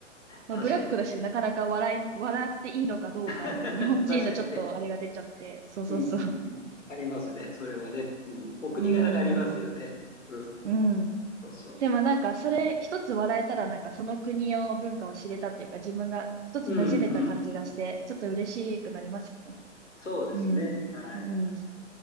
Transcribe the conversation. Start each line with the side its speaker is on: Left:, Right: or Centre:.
Right: まあ、
Left: 確かにね。
Right: ブラックだし、なかなか笑い、笑っていいのかどうかみたいな、
Left: <laughs>
Right: 日本人のちょっとあれが出ちゃって、
Left: 確かにね。
Right: そうそうそう。
Left: うん、うん、うんうん。ありますね、それはね。うん、お国柄がありますよね。
Right: うん、
Left: うん、
Right: うん。
Left: そうそ
Right: でもなんかそれ一つ笑えたらなんかその国を文化を知れたっていうか自分が一つ馴染めた感じがしてちょっと嬉しくなりますよね。
Left: う。うん、うん。そうですね。
Right: うん。
Left: はい。
Right: うん。